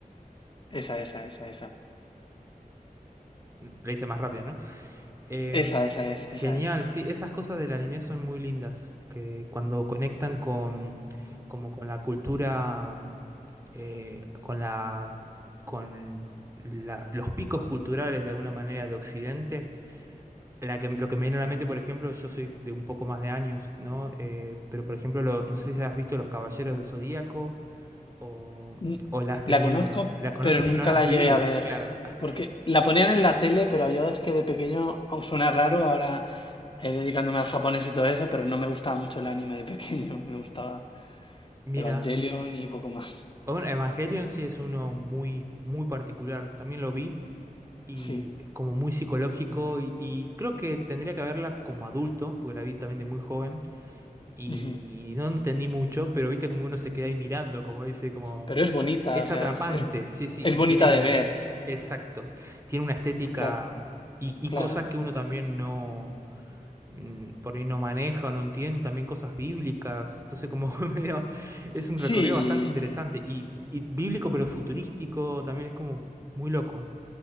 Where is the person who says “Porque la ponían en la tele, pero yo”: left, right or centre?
Left